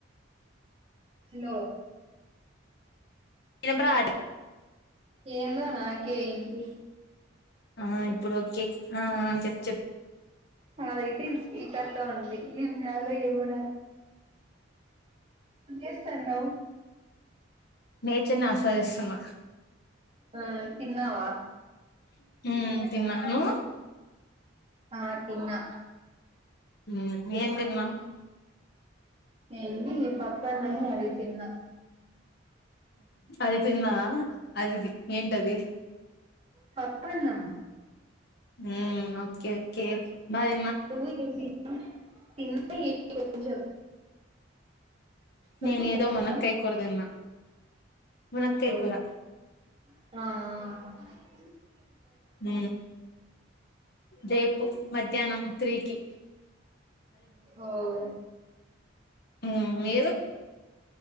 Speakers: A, on the right (about 30°); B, on the left (about 50°).
A: హలో
B: చిన్నప్పుడ ఆట
A: ఏందో నాకే ఇంటిపి
B: ఆ ఇప్పుడు కే ఆ చెప్ చెప్
A: అదైతే ఈ స్పీకర్ లో ఉండి ఏం రాలో ఏమన ఏస్తాను
B: నేచర్ ని ఆస్వాదిస్తున్నా
A: ఆ తిన్నావా
B: ఉ తిన్నాను
A: ఆ తిన్నా
B: ఉమ్ ఏం తిన్నా
A: ఏడి ఈ పప న అది తిన్నా
B: అది తిన్నావా అదిది ఏంటది
A: పప్పన్నాం
B: హ ఓకే క బధ
A: నువ్వు ఏం తి తిన్నా ఏంది కొంచెం నువ్వు
B: నేన్ ఏదో
A: ఏం తిన్నావ్
B: మన కై కోరదన్నా మునకేకుర
A: ఓ ఆ అ ఆ
B: ఊ రేపు మధ్యాహ్నం త్రీకి
A: ఓయ్
B: ఊ మీరు